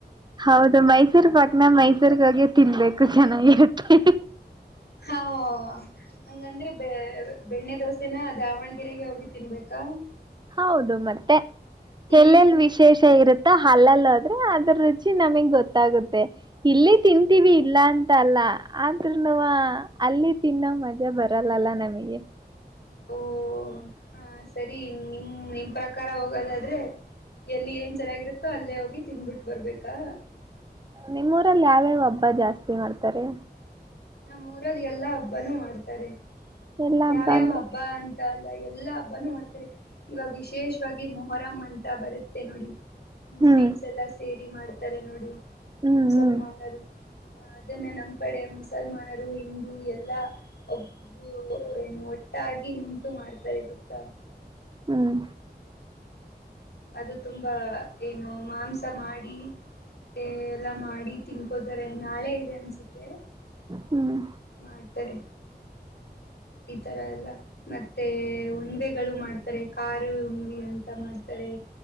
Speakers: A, on the right (about 25°); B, on the left (about 80°).
A: ಹೌದು ಮೈಸೂರ್ ಪಕ್ನ ಮೈಸೂರ್ಗ ಹೋಗಿ ತಿನ್ಬೇಕು ಚೆನ್ನಾಗಿತ್ತೆ
B: <unintelligible> ಬೆ ಬೆಣ್ಣೆ ದೋಸೆನ ದಾವಣ್ಗೆರೆಗೆ ಹೋಗಿ ತಿನ್ಬೇಕಾ
A: ಹೌದು ಮತ್ತೆ
B: ಇಲ್
A: ಎಲ್ಲೆಲ್ಲಿ ವಿಶೇಷ ಇರುತ್ತೆ ಹಲ್ಲಲ್ಲದ್ರೆ ಅದ್ರ ರುಚಿ ನಮಗ್ ಗೊತ್ತಾಗುತ್ತೆ ಇಲ್ಲ ತಿಂತೀವಿ ಇಲ್ಲ ಅಂತ ಅಲ್ಲ ಆದ್ೂನುವ ಅಲ್ಲಿ ತಿನ್ನೋ ಮಜಾ ಬರಲ್ಲಲ್ಲ ನಮಗೆ
B: ಓ ಹಾ ಸರಿ ನಿಮ್ ನಿಮ್ ಪ್ರಕಾರ ಹೋಗೋದಾದ್ರೆ ಎಲ್ಲಿ ಏನ್ ಚೆನ್ನಾಗಿರುತ್ತೋ ಅಲ್ಲೇ ಹೋಗಿ ತಿನ್್ಬಿಟ್ಟ ಬರ್ಬೇಕಾ
A: ನಿಮ್ಮೂರಲ್ಲಿ ಯಾವ್ಯಾವ ಒಬ್ಬ ಜಾಸ್ತಿ ಮಾಡ್ತಾರೆ
B: ನಮ್ಮ ಊರಲ್ಲಿ ಎಲ್ಲಾ ಹಬ್ಬಾನೂ ಮಾಡ್ತಾರೆ
A: ಎಲ್ಲಾ
B: ಯಾವ್ಯಾವ
A: ಅಂದ್ರೆ
B: ಹಬ್ಬ ಅಂತಲ್ಲ ಎಲ್ಲಾ ಹಬ್ಬನುೂ ಮಾಡ್ತಾರೆ ಇವಾಗ ವಿಶೇಷವಾಗಿ ಮೊಹರಂ ಅಂತ ಬರುತ್ತೆ ನೋಡಿ ಮುಸ್ಲಿಮ್ಸ್
A: ಹ್ಮ್
B: ಎಲ್ಲ ಸೇರಿ ಮಾಡ್ತಾರೆ ನೋಡಿ
A: ಹ್ಮ್
B: ಮುಸಲ್ಮಾನರು
A: ಹ್ಮ್
B: ಹ ಅದನ್ನ ನಮ್ ಕಡೆ ಮು ಮುಸಲ್ಮಾನರು ಹಿಂದೂ ಎಲ್ಲಾ ಒಬ್ಗು ಏನು ಒಟ್ಟಾಗಿ ನಿಂತು ಮಾಡ್ತಾರೆರು ಕುತ್ತ
A: ಹ್ಮ್
B: ಅದು ತುಂಬಾ ಏನು ಮಾಂಸ ಮಾಡಿ ಎಲ್ಲಾ ಮಾಡಿ ತಿನ್ಕೋತಾರೆ ನಾಳೆ ಇದೆ ಅನ್ಸುತ್ತೆ
A: ಹ್ಮ್
B: ಮಾಡ್ತಾರೆ ಈ ತರ ಎಲ್ಲ ಮತ್ತೆ ಉಣ್ವೆಗಳು ಮಾಡ್ತಾರೆ ಖ ಹುಣವಿ ಅಂತ ಮಾಡ್ತಾರೆ